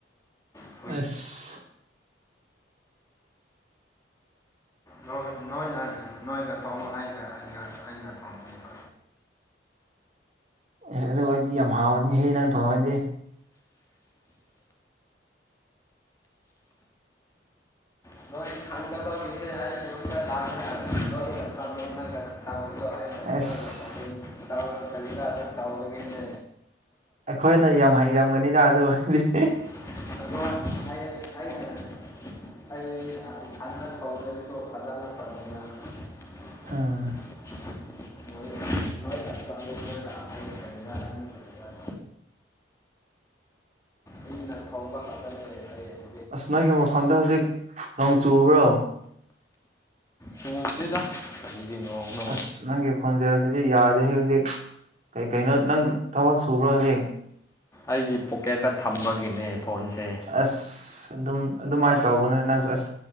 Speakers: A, on the left; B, on the right.
A: <unintelligible>
B: ꯑꯁ
A: ꯅꯣꯏ ꯅꯣꯏꯅ ꯅꯣꯏꯒ ꯊꯣꯡꯉꯣ ꯑꯩꯅ ꯑꯩꯒ ꯑꯩꯅ ꯊꯣꯡꯕꯤꯒꯦꯕ
B: ꯑꯦꯁ ꯑꯗꯨ ꯑꯣꯏꯗꯤ ꯌꯥꯝ ꯍꯥꯎꯔꯅꯤꯍꯦ ꯅꯪ ꯊꯣꯡꯔꯗꯤ
A: <unintelligible>
B: ꯑꯁ
A: <unintelligible> ꯇꯧꯕꯒꯤꯅꯤ
B: ꯑꯩꯈꯣꯏꯅ ꯌꯥꯝ ꯍꯩꯔꯝꯒꯅꯤꯗ ꯑꯗꯨ ꯑꯣꯏꯔꯗꯤ
A: <unintelligible> ꯑꯩ <unintelligible>
B: ꯑꯥ
A: <unintelligible>
B: <inaudible>
A: ꯑꯩꯅ ꯊꯣꯡꯕ ꯉꯥꯛꯇꯅꯦ ꯍꯩꯌꯦ
B: ꯑꯁ ꯅꯪꯒꯤ ꯃꯐꯝꯗꯣ ꯍꯧꯖꯤꯛ ꯅꯣꯡ ꯆꯨꯕ꯭ꯔꯣ
A: ꯆꯨꯗꯦꯗ ꯀꯔꯤꯒꯤ ꯅꯣꯡꯅꯣ
B: ꯑꯁ ꯅꯪꯒꯤ ꯈꯣꯟꯖꯦꯜꯁꯤꯗꯤ ꯌꯥꯗꯦ ꯍꯦ ꯍꯧꯖꯤꯛ ꯀꯩ ꯀꯩꯅꯣ ꯅꯪ ꯊꯕꯛ ꯁꯨꯕ꯭ꯔꯣ ꯍꯧꯖꯤꯛ
A: ꯑꯩꯒꯤ ꯄꯣꯛꯀꯦꯠꯇ ꯊꯝꯕꯒꯤꯅꯦ ꯐꯣꯟꯁꯦ
B: ꯑꯁ ꯑꯗꯨꯝ ꯑꯗꯨꯃꯥꯏꯅ ꯇꯧꯒꯅꯨꯍꯦ ꯅꯪ ꯑꯁ